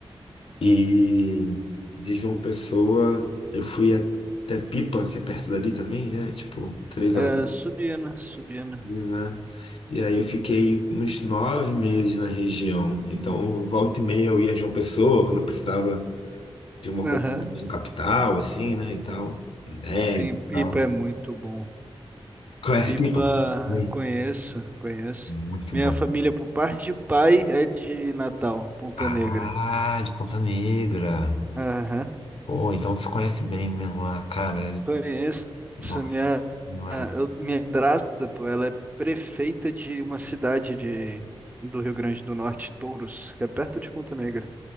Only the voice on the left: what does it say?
E de João Pessoa, eu fui até Pipa, que é perto dali também, né? Tipo, três
horas,
né? E aí eu fiquei uns nove meses na região. Então, volta e meia eu ia a João Pessoa, quando eu precisava de uma
coisa de um capital, assim, né? E tal. Né?
E
tal.
Conhece
Pipa? Sim.
Muito
bom.
Ah,
de Ponta Negra.
Pô, então você conhece bem mesmo lá, cara.
Nossa,
não
era.